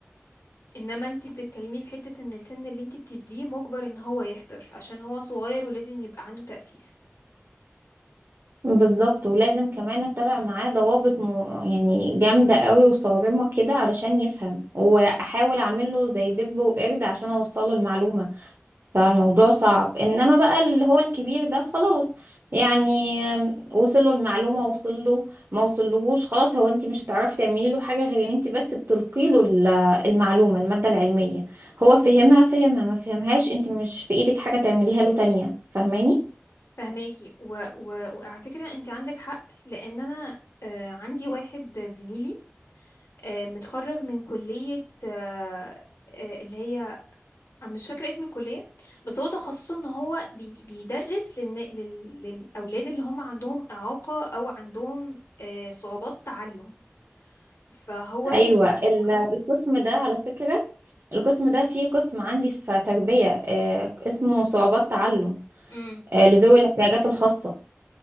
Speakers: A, on the left; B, on the right.
A: انما انتي بتتكلمي في حتة ان السن اللي انتي بتديه مجبر ان هو يحضر عشان هو صغير ولازم يبقى عنده تأسيس
B: بالظبط ولازم كمان اتبع معاه ضوابط م... يعني جامده قوي وصارمه كده علشان يفهم واحاول اعمله زي دب وقرد عشان اوصله المعلومه فالموضوع صعب انما بقى اللي هو الكبير ده خلاص يعني وصله المعلومة وصله ما وصلهوش خلاص هو انت مش هتعرفي تعملي له حاجة غير ان انت بس بتلقي له ال- المعلومة المادة العلمية هو فهمها فهمها ما فهمهاش انت مش في ايدك حاجة تعمليها له تانية فاهماني
A: فهماكي و... و... وعلى فكرة انت عندك حق لان انا آه، عندي واحد زميلي آه، متخرج من كلية آه، آه، اللي هي أنا مش فاكرة اسم الكلية بس هو تخصصه ان هو بي... بيدرس للن... لل... للأولاد اللي هم عندهم إعاقة او عندهم آه، صعوبات تعلم فهو
B: ايوه
A: كان بيقول
B: ال- القسم ده على فكرة القسم ده فيه قسم عندي في تربية آه، اسمه صعوبات تعلم
A: لي
B: آه، لذوي الاحتياجات الخاصة